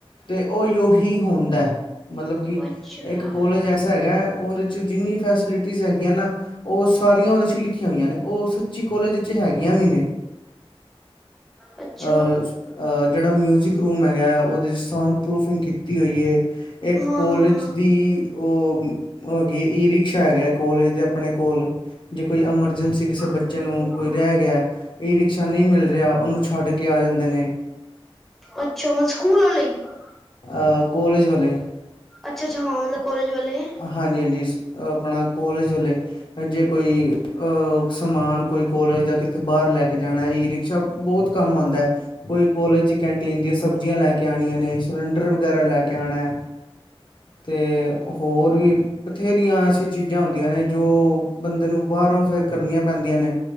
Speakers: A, on the left (about 55°); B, in the centre.
A: ਤੇ ਓਹੀ-ਓਹੀ ਹੁੰਦਾ, ਮਤਲਬ ਕਿ
B: ਅੱਛਾ
A: ਇੱਕ ਕੋਲਜ ਐਸਾ ਹੈਗਾ ਉਹਦੇ ਜਿੰਨੀ ਫੈਸੀਲਿਟੀਜ਼ ਹੈਗੀਆਂ ਨਾ, ਉਹ ਸਾਰੀਆਂ ਉਹਦੇ ਚ ਲਿਖੀਆਂ ਹੋਈਆਂ ਨੇ, ਉਹ ਸੱਚੀ ਕੋਲਜ ਵਿਚ ਹੈਗੀ ਹੈਗੀਆਂ ਵੀ ਨੇ,
B: ਅੱਛਾ
A: ਅਹ ਅ ਜਿਹੜਾ ਮਿਊਜਿਕ ਰੂਮ ਹੈਗਾ, ਉਹਦੇ ਚ ਸਾਊਂਡ ਪਰੂਫਿੰਗ ਕੀਤੀ ਹੋਈ ਏ। ਇੱਕ
B: ਹਾਂ
A: ਕੋਲੇਜ
B: ਹਾਂ
A: ਦੀ ਉਹ ਹੈਗੀ ਈ ਰਿਕਸ਼ਾ ਹੈਗਾ ਐ, ਕੋਲਜ ਦੇ ਆਪਣੇ ਕੋਲ। ਜੇ ਕੋਈ ਐਮਰਜੈਂਸੀ ਕਿਸੇ
B: ਹਾਂ
A: ਬੱਚੇ ਨੂੰ
B: ਹਮ,
A: ਕੋਈ ਰਹਿ ਗਿਆ ਈ ਰਿਕਸ਼ਾ ਨਹੀਂ ਮਿਲ ਰਿਹਾ, ਉਹਨੂੰ ਛੱਡ ਕੇ ਆ ਜਾਂਦੇ ਨੇ।
B: ਅੱਛਾ <unintelligible>
A: ਅ ਕੋਲੇਜ ਵਾਲੇ
B: ਅੱਛਾ-ਅੱਛਾ, ਹਾਂ ਮਤਲਬ ਕੋਲਜ ਵਾਲੇ
A: ਹਾਂਜੀ-ਹਾਂਜੀ, ਆਪਣਾ ਕੋਲੇਜ ਵਾਲੇ ਜੇ ਕੋਈ ਅਹ ਸਮਾਨ ਕੋਈ ਕੋਲੇਜ ਦਾ ਕਿਥੇ ਬਾਹਰ ਲੈ ਕੇ ਜਾਣਾ, ਈ ਰਿਕ ਸ਼ਾ ਬਹੁਤ ਕੰਮ ਆਂਦਾ, ਕੋਈ ਕੋਲਜ ਦੀ ਕੈਂਟੀਨ ਦੀਆਂ ਸਬਜ਼ੀਆਂ ਲੈ ਕੇ ਆਨੀਆਂ ਨੇ। ਸਿਲੰਡਰ ਵਗੈਰਾ ਲੈ ਕੇ ਆਣਾ। ਤੇ
B: ਹੂੰ,
A: ਹੋਰ ਵੀ ਬਥੇਰੀਆਂ ਐਸੀ ਚੀਜ਼ਾਂ ਹੁੰਦੀਆਂ ਨੇ, ਜੋ ਬੰਦੇ ਨੂੰ ਬਾਹਰੋਂ ਫੇਰ ਕਰਨੀਆਂ ਪੈਂਦੀਆਂ ਨੇ,